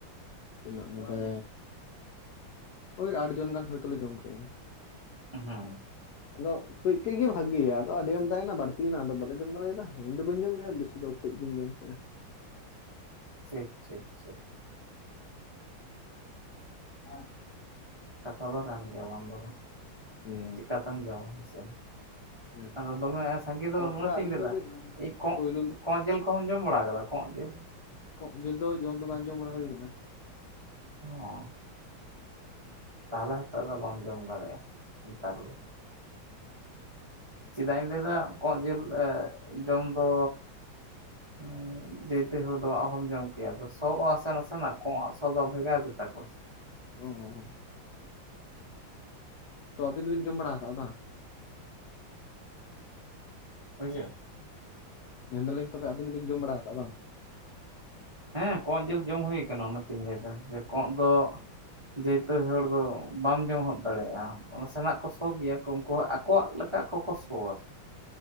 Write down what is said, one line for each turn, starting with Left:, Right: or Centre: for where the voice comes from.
Left: ᱛᱤᱱᱟᱹᱜ ᱱᱚᱰᱮ ᱳᱭ ᱟᱴ ᱡᱚᱱ ᱜᱟᱱ ᱦᱳᱭ ᱚᱛ ᱞᱮ ᱡᱚᱢ ᱠᱮᱫ-ᱟ
Right: ᱦᱮᱸ
Left: ᱟᱫᱚ ᱠᱟᱺᱡ ᱠᱟᱺᱡ ᱜᱮ ᱵᱷᱟᱜᱮᱭᱟ ᱟᱫᱚ ᱟᱰᱤ ᱟᱢᱫᱟᱭᱱᱟ ᱵᱟᱲᱛᱤᱭᱱᱟ ᱟᱫᱚ ᱵᱟᱞᱮ ᱡᱚᱢ ᱫᱟᱲᱮᱭᱟᱫᱟ ᱤᱧᱫᱚ ᱵᱟᱹᱧ ᱡᱚᱢ ᱞᱮᱜ-ᱟ ᱵᱮᱥᱤ ᱫᱚ ᱠᱟᱺᱡ ᱜᱤᱧ ᱡᱚᱢ ᱠᱮᱜ-ᱟ
Right: ᱴᱷᱤᱠ ᱴᱷᱤᱠ ᱴᱷᱤᱠ
Left: ᱟᱪᱪᱷᱟ
Right: ᱠᱟᱛᱷᱟ ᱫᱚ ᱠᱟᱱ ᱜᱮᱭᱟ ᱵᱟᱝ ᱫᱚ
Left: ᱦᱩᱸ
Right: ᱪᱤᱠᱟᱛᱮᱢ ᱡᱚᱢᱟ ᱦᱮᱸ ᱥᱮ?
Left: ᱦᱩᱸ
Right: ᱟᱫᱚ ᱫᱚᱢᱮ ᱥᱟᱸᱜᱮ ᱫᱚ
Left: ᱛᱟᱯᱚᱨᱮ
Right: ᱢᱚᱱᱮ ᱛᱤᱧ
Left: ᱟᱹᱞᱤᱧ
Right: ᱞᱟᱹᱭ
Left: ᱫᱚ
Right: ᱫᱟ
Left: ᱠᱟᱹᱡ
Right: ᱠᱚᱸᱜ
Left: ᱯᱳᱭᱞᱳ
Right: ᱠᱚᱸᱜ ᱡᱮᱞ ᱠᱚᱸᱜ ᱮᱢ ᱡᱚᱢ ᱵᱟᱲᱟᱣ ᱠᱟᱫᱟ ᱠᱚᱸᱜ ᱡᱤᱞ
Left: ᱡᱚᱸᱜ ᱡᱤᱞ ᱫᱚ ᱡᱚᱢ ᱫᱚ ᱵᱟᱝ ᱡᱚᱢ ᱵᱟᱲᱟ ᱦᱩᱭ ᱠᱟᱱᱟ
Right: ᱦᱚᱸ ᱛᱟᱦᱟᱞᱮ ᱦᱤᱛᱚᱜ ᱫᱚ ᱵᱟᱢ ᱡᱚᱢ ᱫᱟᱲᱮᱭᱟᱜ-ᱟ ᱱᱮᱛᱟᱨ ᱫᱚ᱾ ᱪᱮᱫᱟᱜ ᱤᱧ ᱞᱟᱹᱭ ᱫᱟ ᱠᱚᱸᱜ ᱡᱤᱞ ᱡᱚᱢ ᱫᱚ ᱩᱸᱻ ᱡᱮᱛᱚ ᱦᱚᱲ ᱫᱚ ᱚᱦᱚᱢ ᱡᱚᱢ ᱠᱮᱭᱟ ᱟᱫᱚ ᱥᱚ ᱟ ᱥᱮ ᱱᱟᱥᱮᱱᱟᱜ ᱠᱚᱜ ᱟᱜ ᱥᱚ ᱫᱚ ᱵᱷᱮᱜᱟᱨ ᱜᱮᱛᱟ ᱠᱚᱣᱟ
Left: ᱦᱩᱸ ᱦᱩᱸ ᱛᱚ ᱟᱵᱤᱱ ᱫᱚ ᱵᱤᱱ ᱡᱚᱢ ᱵᱟᱲᱟ ᱟᱠᱟᱜ-ᱟ ᱵᱟᱝ?
Right: ᱦᱳᱭ ᱥᱮ
Left: ᱢᱮᱱ ᱫᱟᱞᱤᱧ ᱛᱚᱵᱮ ᱟᱵᱤᱱ ᱫᱚ ᱵᱤᱱ ᱡᱚᱢ ᱵᱟᱲᱟ ᱟᱠᱟᱫ-ᱟ ᱵᱟᱝ?
Right: ᱦᱮᱸ ᱠᱚᱸᱜ ᱡᱮᱞ ᱡᱚᱢ ᱦᱩᱭ ᱠᱟᱱᱟ ᱚᱱᱟ ᱛᱚᱧ ᱞᱟᱹᱭ ᱫᱟ ᱡᱮ ᱠᱚᱸᱜ ᱫᱚ ᱡᱮᱭᱛᱚ ᱦᱚᱲ ᱫᱚ ᱵᱟᱢ ᱡᱚᱢ ᱦᱚᱫ ᱫᱟᱲᱮᱭᱟᱜ-ᱟ ᱱᱟᱥᱮᱱᱟᱜ ᱠᱚ ᱥᱚ ᱜᱮᱭᱟ᱾ ᱠᱚ ᱩᱝᱠᱩ ᱟᱠᱚᱣᱟᱜ ᱞᱮᱠᱟ ᱟᱠᱚ ᱠᱚ ᱥᱚᱣᱟ